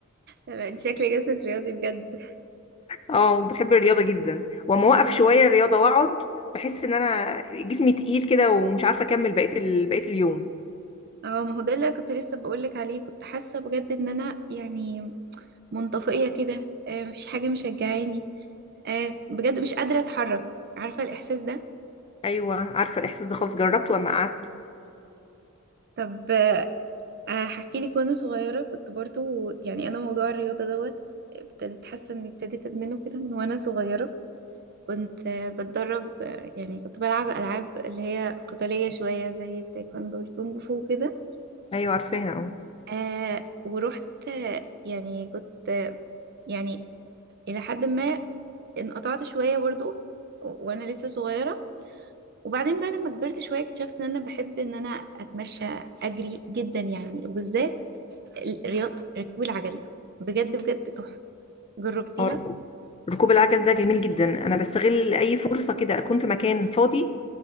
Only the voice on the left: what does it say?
اه بحب الرياضه جدا واما اوقف شويه الرياضه واقعد بحس ان انا جسمي تقيل كده ومش عارفه اكمل بقيه ال... بقيه اليوم
ايوه عارفه الاحساس ده خالص جربته اما قعدت
ايوه عارفاها اه
آه، ركوب ركوب العجل ده جميل جدا انا بستغل اي فرصه كده اكون في مكان فاضي